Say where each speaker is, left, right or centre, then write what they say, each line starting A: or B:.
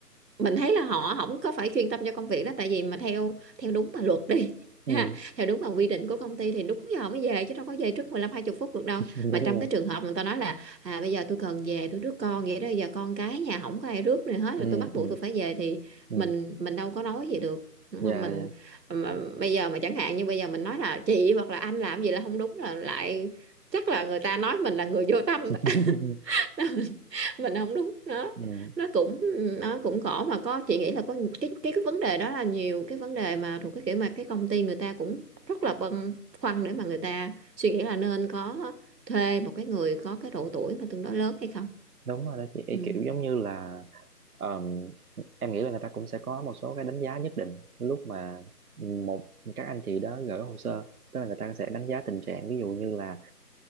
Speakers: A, on the right; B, on the right.
A: mình thấy là họ không có phải chuyên tâm cho công việc đó tại vì mà theo theo đúng mà luật đi <laughs>
B: ừ
A: ha, theo đúng mà quy định của công ty thì đúng giờ mới về chứ đâu có về trước mười lăm hai 20 phút được đâu
B: <laughs> đúng
A: mà trong
B: rồi
A: cái trường hợp người ta nói là à bây giờ tôi cần về tôi rước con vậy đó giờ con cái nhà không có ai rước này hết
B: ừ
A: rồi tôi bắt buộc
B: ừ
A: tôi phải về thì
B: ừ
A: mình mình đâu có nói gì được đúng
B: dạ
A: không mình
B: dạ
A: mà, bây giờ mà chẳng hạn như bây giờ mình nói là chị hoặc là anh làm gì là không đúng là lại chắc là người ta nói mình là người vô tâm
B: <laughs>
A: <laughs> mình không đúng nó
B: ừ
A: nó cũng nó cũng khổ mà có chị nghĩ là có cái cái cái vấn đề đó là nhiều cái vấn đề mà thuộc cái kiểu mà cái công ty người ta cũng rất là băn khoăn để mà người ta suy nghĩ là nên có thuê một cái người có cái độ tuổi mà tương đối lớn hay không
B: đúng rồi đó chị Ý
A: ừ.
B: kiểu giống như là ờm, em nghĩ là người ta cũng sẽ có một số cái đánh giá nhất định lúc mà một các anh chị đó gửi hồ sơ tức là người ta sẽ đánh giá tình trạng ví dụ như là